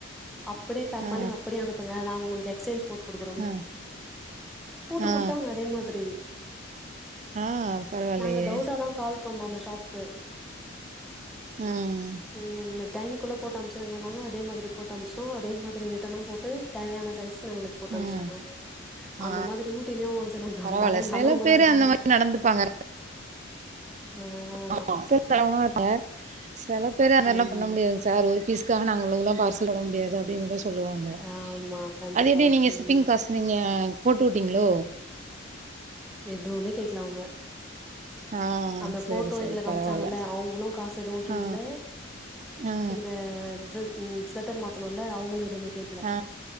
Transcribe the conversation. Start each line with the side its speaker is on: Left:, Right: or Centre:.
Centre: அப்டியே பேக்
Right: ஆ
Centre: பண்ணி அப்டியே அனுப்புங்க நா உங்களுக்கு எக்சேஞ் போட்டு குடுக்குறோ
Right: ஆ
Centre: போட்டு
Right: ஆ
Centre: குடுத்தாங்க அதே மாதிரி
Right: ஆ பரவாயில்லையே
Centre: நாங்க டவுட்ட தா கால் பண்ணோ அந்த ஷாப்கு
Right: ம்
Centre: ம் இந்த டைம்குள்ள போட்டு அம்ச்சுருாங்கன்னா அதே மாதிரி போட்டு அம்ச்சட்டோ அத மாதிரி ரிட்டர்னு போட் டு தேவையான சைஸ்ஸு <unintelligible> போட்டு அனுச்சிட்டாங்க
Right: ம் ஆ
Centre: அந்த மாதிரி ஊட்டிலயு ஒரு சில
Right: பரவால்ல
Centre: நல் நெறைய
Right: சில
Centre: நல்லவங்களு
Right: பேரு
Centre: இருக்காங்க
Right: அந்த மாரி நடந்துப்பாங்க
Centre: ஆ
Right: ஆமா <inaudible> செல பேரு அதனால்லா
Centre: ம்
Right: பண்ண முடியாது சார் ஒரு பீஸ்காக நாங்கள் இவ்ளோதுல்லா பார்சல் போட முடியாது அப்டின் கூட சொல்லுவா ங்க
Centre: ஆமா கண்டிப்பா
Right: அது எடி நீங்க
Centre: ம்
Right: சிப்பிங் காசு நீங்க போட்டு வுட்டீங்களோ
Centre: எதுவுமே கேக்குலா அவுங்க
Right: ஆ
Centre: அந்த
Right: செரி
Centre: போட்டோ
Right: செரி
Centre: எங்களுக்கு
Right: பரவால்ல
Centre: அமிச்சாங்கல்ல அவுங்களு காசு எதுவு கேக்கல
Right: ஆ ஆ
Centre: இந்த டிர ம் ஸ்வெட்டர் மாத்தணம்ல்ல அவுங்கள எதுவுமே கேக்
Right: ஆ